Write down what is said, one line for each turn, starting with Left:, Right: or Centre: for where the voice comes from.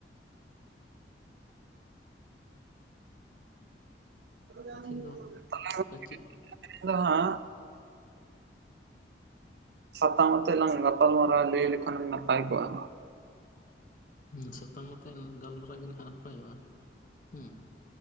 Right: <unintelligible>
Left: ᱛᱤᱦᱤᱧ ᱫᱚ
Right: ᱟᱫᱚ
Left: ᱚᱠᱟ ᱪᱮᱫ
Right: ᱦᱟᱸᱜ ᱥᱟᱛᱟᱢ ᱟᱛᱮ ᱞᱟᱝ ᱜᱟᱯᱟᱞ ᱢᱟᱨᱟᱣᱟ ᱞᱟᱹᱭ ᱞᱮᱠᱷᱟᱱ ᱮᱢ ᱱᱟᱯᱟᱭ ᱠᱚᱜᱼᱟ᱾
Left: ᱦᱩᱸ ᱥᱟᱛᱟᱢ ᱟᱛᱮᱫ ᱜᱟᱞᱢᱟᱨᱟᱶ ᱜᱮ ᱱᱟᱸᱜ ᱱᱟᱯᱟᱭᱚᱜᱼᱟ ᱦᱩᱸ᱾